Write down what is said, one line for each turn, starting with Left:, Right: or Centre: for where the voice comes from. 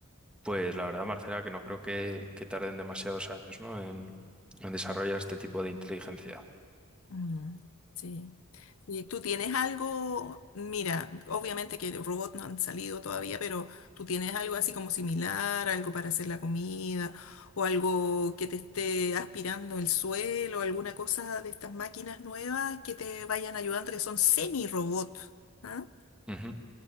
Centre: Pues la verdad, Marcela, que no creo que, que tarden demasiados años, ¿no? En, en desarrollar este tipo de inteligencia.
Left: Mm, sí. ¿Y tú tienes algo? Mira, obviamente que robots no han salido todavía, pero tú tienes algo así como similar, algo para hacer la comida, o algo que te esté aspirando el suelo, alguna cosa de estas máquinas nuevas que te vayan ayudando, que son semi-robots. ¿ah?
Centre: Ujú.